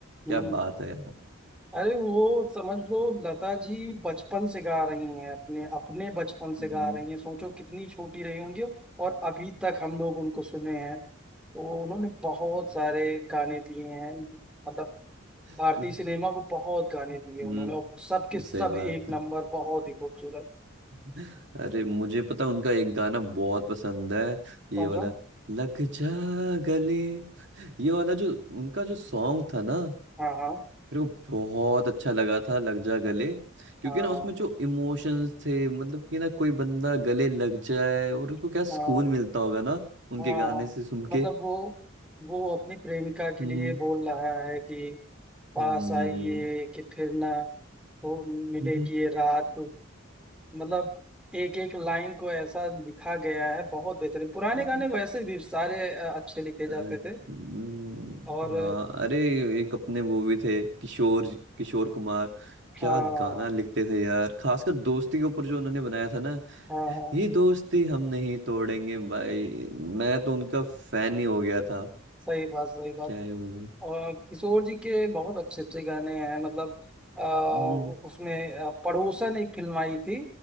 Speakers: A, in the centre; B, on the right.
A: हम्म,
B: क्या बात है यार
A: अरे वो समझ लो लता जी बचपन से गा रही हैं अपने अपने बचपन से
B: हम्म,
A: गा रही हैं सोचो कितनी छोटी रही होंगी और अभी तक हम लोग उनको सुने हैं तो उन्होंने बहुत सारे गाने दिए हैं मतलब
B: हम्म।
A: भारतीय सिनेमा को बहुत गाने दिए
B: हम्म
A: उन्होंने और सबके सब
B: सही बात
A: एक नंबर
B: है
A: बहुत ही खूबसूरत
B: <laughs> अरे मुझे पता उनका एक गाना बहुत पसंद है ये
A: कौन
B: वाला
A: सा
B: लग जा गले ये वाला जो उनका जो सॉन्ग था ना
A: हाँ हाँ
B: मेरे को बहुत अच्छा लगा था लग जा गले क्योंकि
A: हाँ
B: ना उसमें जो इमोशंस थे मतलब कि ना कोई बंदा गले लग जाए और उसको क्या
A: हाँ
B: सुकून मिलता होगा ना उनके
A: हाँ
B: गाने
A: हाँ।
B: से सुन
A: मतलब
B: के
A: वो वो अपनी प्रेमिका के
B: हम्म
A: लिए बोल रहा है कि पास
B: हम्म
A: आइए कि फिर ना वो मिले
B: हम्म
A: कि ये रात मतलब एक एक लाइन को ऐसा लिखा गया है बहुत बेहतरीन पुराने
B: हम्म।
A: गाने वैसे भी सारे अ, अच्छे लिखे
B: अरे,
A: जाते थे
B: हम्म,
A: और
B: हाँ अरे एक अपने वो भी थे किशोर किशोर कुमार
A: हाँ
B: क्या गाना लिखते थे यार खासकर दोस्ती के ऊपर जो उन्होंने बनाया था ना
A: हाँ हाँ
B: ये दोस्ती हम नहीं तोड़ेंगे भाई मैं तो उनका फैन ही हो गया था
A: सही बात सही बात
B: क्या ही बोलूं
A: और किशोर जी के बहुत अच्छे अच्छे गाने हैं मतलब अ,
B: हम्म
A: उसमें अ, पड़ोसन एक फिल्म आई थी